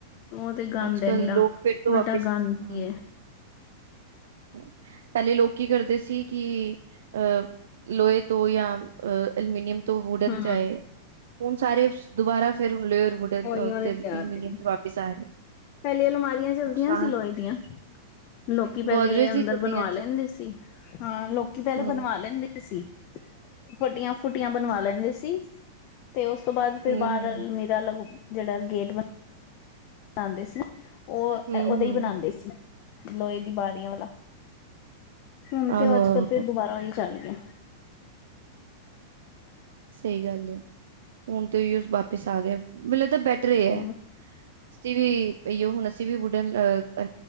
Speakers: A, on the left; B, on the right.
A: ਉਹ ਤੇ ਗੰਦ
B: ਅੱਜ
A: ਏ
B: ਕਲ
A: ਨਿਰਾ
B: ਲੋਕ ਫਿਰ ਤੋਂ
A: ਉਲਟਾ
B: ਵਾਪਿਸ,
A: ਗੰਦ
B: ਹਾਂ!
A: ਈ ਏ
B: ! ਪਹਿਲੇ ਲੋਕ ਕੀ ਕਰਦੇ ਸੀ? ਕਿ, ਅਹ ਲੋਹੇ ਤੋਂ ਯਾਂ ਅਲਮੀਨੀਅਮ ਤੋਂ, ਵੂਡਨ
A: ਹੂੰ
B: ਚਾਹੇ ਸਾਰੇ ਦੁਬਾਰਾ ਫਿਰਰ ਵੁਡਨ
A: ਉਹੀ ਉਹਨੇ
B: ਅਲੂਮੀਨੀਅਮ
A: ਤਿਆਰ ਹੈ
B: ਚ ਵਾਪਿਸ ਆ ਰਹੇ।
A: ਪਹਿਲੇ ਅਲਮਾਰੀਆਂ ਚਲਦੀਆਂ
B: ਨੁਕਸਾਨ
A: ਸੀ ਲੋਹੇ ਦੀਆਂ। ਲੋਕੀ ਪਹਿਲੇ
B: ਗੋਦਰੇਜ
A: ਅੰਦਰ
B: ਦੀ ਚਲਦੀਆਂ
A: ਬਣਵਾ ਲੈਂਦੇ ਸੀ ।ਹਾਂ, ਲੋਕੀ ਪਹਿਲੇ
B: ਹੂੰ
A: ਬਣਵਾ ਲੈਂਦੇ ਸੀ। ਫੱਟੀਆਂ ਫੁਟੀਆਂ ਬਣਵਾ ਲੈਂਦੇ ਸੀ। ਤੇ ਉਸ ਤੋਂ ਬਾਅਦ ਫਿਰ
B: ਹੂੰ
A: ਬਾਹਰਲ
B: ਹੂੰ
A: ਮੀਰਾ ਲ ਜਿਹੜਾ ਗੇਟ ਬ ਬਣਾਉਂਦੇ ਸੀ। ਉਹ,
B: ਹੂੰ
A: ਉਹਦੇ
B: ਹੂੰ
A: ਹੀ ਬਣਾਉਂਦੇ ਸੀ ।ਲੋਹੇ ਦੀ ਬਾਰੀਆਂ ਵਾਲਾ। ਹੁਣ
B: ਆਹੋ-ਆਹੋ
A: ਤੇ ਅੱਜ ਕੱਲ ਫਿਰ ਦੁਬਾਰਾਹੀ ਚੱਲ ਗਿਆ।
B: ਸਹੀ ਗੱਲ ਹੈ ।ਹੁਣ ਤੇ ਵਾਪਿਸ ਆ ਗਯਾ । ਮੈਨੂੰੱ ਤਾਂ ਬੈਟਰ ਇਹ
A: ਹਮ
B: ਹੈ। ਅਸੀਂ ਵੀ ਇਓ, ਹੁਣ ਅਸੀਂ ਵੀ ਵੁਢਣ ਅਹ